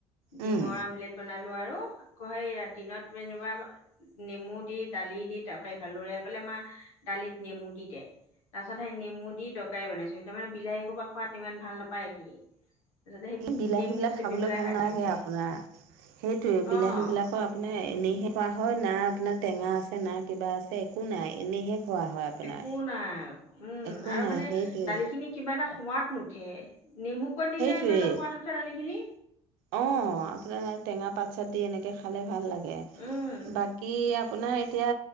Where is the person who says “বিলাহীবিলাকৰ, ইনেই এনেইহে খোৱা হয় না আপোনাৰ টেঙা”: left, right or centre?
Right